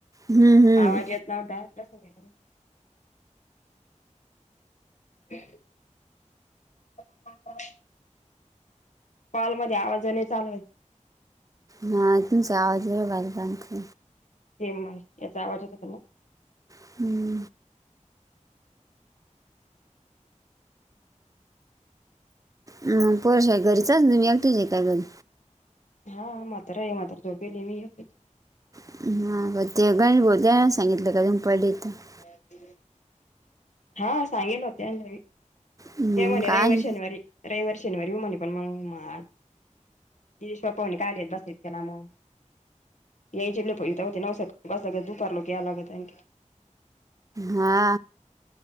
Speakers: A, on the right; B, on the left.
A: हम्म.
B: आवाज येत... नव्या तसं ते... ह.. <inaudible> कॉलमध्ये आवाज लय चालूहोय....
A: हां तूमचा आवाज लय बारिक अंत...
B: हे माईक याचा आवाज येत होता मले.
A: <inaudible> मग पोर शाळेत घरीच आसन तुम्ही एकट्या हे का घरी.
B: हा मात्र आहे मात्र झोपेली मी हे
A: <unintelligible>
B: हा ते हा सांगितले होते हा घरी
A: मग
B: ते म्हणे
A: काय
B: रविवारी शनिवारी रविवार शनिवारी म्हणे पण मग तेश्पवणी कालेत बसत केला मग या जेवले प होते नऊ ब दुपार लोक याय लागतँ
A: हा